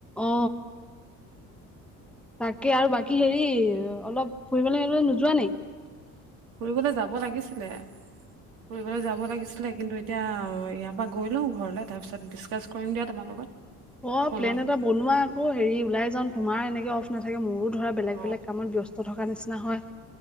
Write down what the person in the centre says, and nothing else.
অ তাকে আৰু বাকী হেৰি অলপ ফুৰিবলৈ আহিবলৈ নোযোৱা নাই।
অ
প্লেন এটা বনোৱা আকৌ হেৰি ওলাই যাম তোমাৰ এনেকে অফ নাথাকে মোৰো। ধৰা বেলেগ
বেলেগ কামত ব্যস্ত থকাৰ নিচিনা হয়।